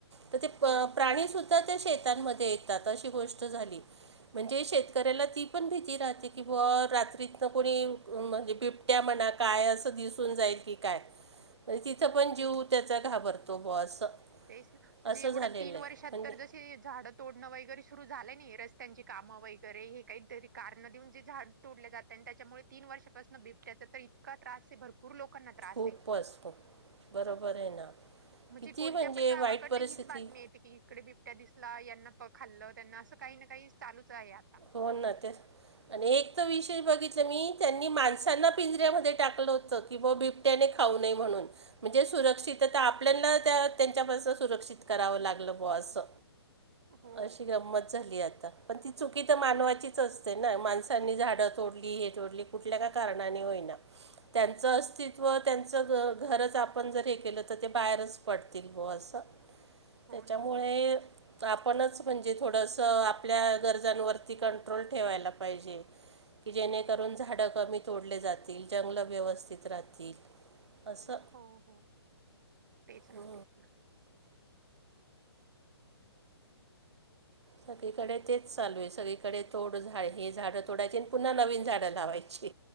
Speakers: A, on the right; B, on the right.
A: तर ते
B: हो,
A: प प्राणीसुद्धा त्या शेतांमध्ये येतात, अशी गोष्ट झाली म्हणजे शेत करायला ती पण भीती राहते, की बुवा रात्रीतन कोणी म्हणजे बिबट्या म्हना. काय असं दिसून जाईल की काय म्हणे तिथं
B: हो.
A: पण जीव त्याचा, घाबरतो बुवा असं.
B: तेच ना म्हणजे
A: असं
B: एवढं
A: झालेलं
B: तीन
A: आहे
B: वर्षात
A: म्हणजे
B: तर ज ते झाडं तोडणं वगैरे सुरु झालंय नाहीये रस्त्यांची कामं वगैरे हे काहीतरी कारणं देऊन जे झाड तोडल्या जातात आणि त्याच्यामुळे, तीन वर्षापासून बिबट्याच तर इतका त्रास हे भरपू भरपूर‌ लोकांना त्रास
A: खूपच
B: आहे.
A: खूप बरोबर आहे ना
B: म्हणजे,
A: किती
B: कोणत्या
A: म्हणजे
B: पण गावाकडनं
A: वाईट परिस्थिती
B: हीच बातमी येते की, इकडे बिबट्या दिसला यांना, प खाल्लं त्यांना असं काही ना काही चालूच आहे आता.
A: होना तर. आणि एक तर विषय बघितलं मी, त्यांनी माणसांना पिंजऱ्यामध्ये टाकलं होतं की बो बिब त्याने खाऊ नये म्हणून म्हणजे सुरक्षितता त्या आपल्यांना त्या त्यांच्यापास सुरक्षित करावे लागलं बुवा असं,
B: हो,
A: अशी गंमत झाली आता पण तिथं. चुकी तर मानवाचीच असते ना, माणसांनी झाडं तोडली हे तोडली कुठल्या का कारणाने होईना. त्यांचं अस्तित्व त्यांचं घरच, आपण जर हे केलं तर ते बाहेरच पडतील बुवा असं.
B: हो
A: तेच्यामुळे
B: ना.
A: आपणच म्हणजे, थोडंसं आपल्या गर वजन वरती कंट्रोल ठेवायला पाहिजे. की जेणेकरून झाडं कमी तोडले जातील, जंगले व्यवस्थित राहतील. असं
B: हो, हो. तेच ना,
A: हो.
B: तेच ना.
A: सगळीकडे तेच चालू आहे सगळीकडे तोड झा हे झाडं तोडायची आणि पुन्हा नवीन झाडं लावायची.